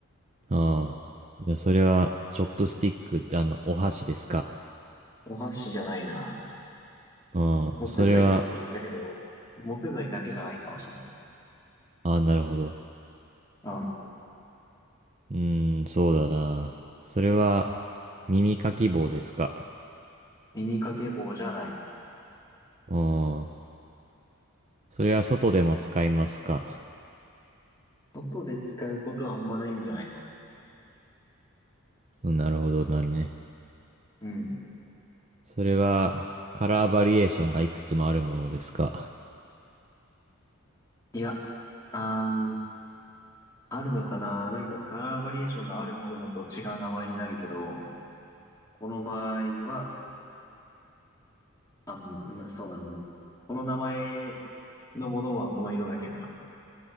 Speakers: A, on the right; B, on the left.
A: ああ。じゃあ、それは、チョップスティックってあの、お箸ですか
B: お箸じゃないな。
A: うん。
B: 木材って言ったけど、
A: それは、
B: 木材だけじゃないかもしれない。
A: ああ、なるほど。
B: うん。
A: うーん、そうだな。それは、耳かき棒ですか
B: 耳掛け棒じゃない。
A: うん。それは外でも使いますか
B: 外で使うことはあんまないんじゃない
A: うん、なるほど、なるね。
B: うん。
A: それは、カラーバリエーションがいくつもあるものですか
B: いや、あー、あるのかななんかカラーバリエーションがあるものだと違う名前になるけど、この場合は、あ、うん、そうだな。この名前のものはこの色だけかな。